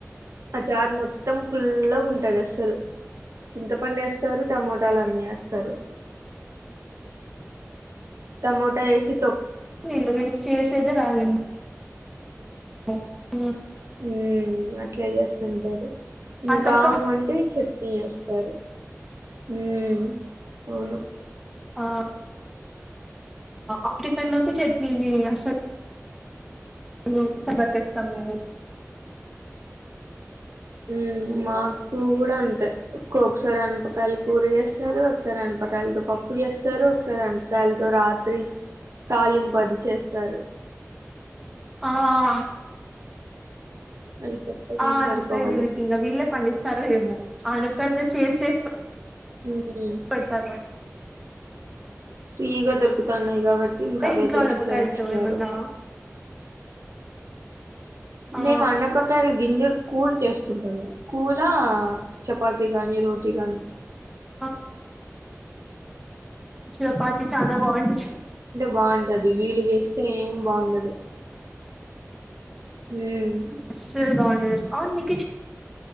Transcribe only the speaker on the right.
ఆ చార్ మొత్తం ఫుల్లాగా ఉంటదస్సలు. చింతపండ్ ఏస్తారు, టమోటాలన్నీ యేస్తారు. టమోటా ఏసి త్
ఉమ్ అట్లే చేస్తుంటార్.
ఇంకా
వంటే చట్నీ ఏస్తారు. ఉహ్మ్ అవును
ఉహ్మ్ మాకు కూడా అంతే. ఒక్ ఒకసారి అనపకాయలు కూర చేస్తారు, ఒకసారి అనపకాయలతో పప్పు చేస్తారు, ఒకసారి అనపకాయలతో రాత్ త్రీ తాలింపది. చేస్తారు.
అవి తప్ప
ఏం
దొరకవు వాళ్ళకి
ఉమ్
ఫ్రీగా దొ దొరుకుత్ తన్నాయి కాబట్టి ఇంకా
అవే
చేసేస్తారు.
మేమ్ అన్నపక గింజర్క్ కూర్ చేస్తుంటాన్ కూర చపాతి గాని రోటీ గాని
బావున్ అది వీళ్లు చేస్తే ఏం బావుండదు. ఉహ్మ్